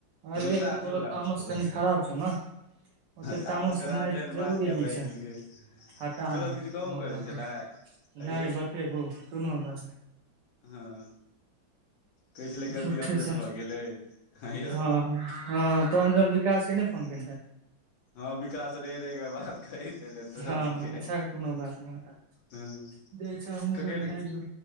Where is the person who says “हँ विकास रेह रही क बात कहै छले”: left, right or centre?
Left